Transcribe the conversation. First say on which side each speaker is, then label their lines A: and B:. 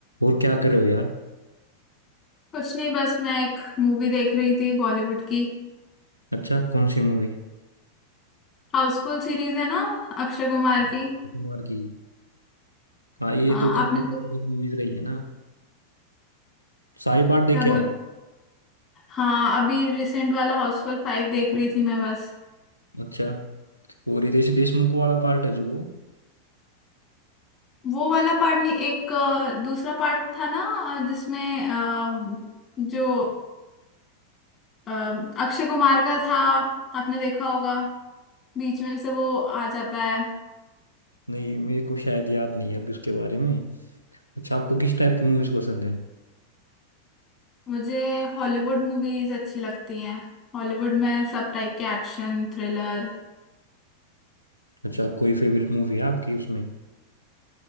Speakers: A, on the left; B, on the left.
A: और क्या कर रहे हो यार
B: कुछ नहीं बस मैं एक मूवी देख रही थी बॉलीवुड की
A: अच्छा कौन सी मूवी
B: हाउसफुल सीरीज है ना अक्षय कुमार
A: अक्षय
B: की
A: कुमार की हाँ ये
B: हाँ
A: तो काफी
B: आपने
A: पॉपुलर
B: तो
A: मूवीज रही है ना सारे पार्ट
B: क्या
A: देखे
B: बोल
A: आप
B: हाँ अभी रिसेंट वाला हाउसफुल फाइव देख रही थी मैं बस
A: अच्छा वो रितेश देशमुख वाला पार्ट है जो वो
B: वो वाला पार्ट नहीं एक अ, दूसरा पार्ट था ना अ, जिसमें अ, जो अ, अक्षय कुमार का था आपने देखा होगा बीच में से वो आ जाता है
A: नहीं मेरे को शायद याद नहीं है अभी उसके बारे में अच्छा आपको किस टाइप की मूवीज पसंद है
B: मुझे हॉलीवुड मूवीज अच्छी लगती हैं हॉलीवुड में सब टाइप के एक्शन थ्रिलर
A: अच्छा कोई फेवरेट मूवी है आपकी उसमें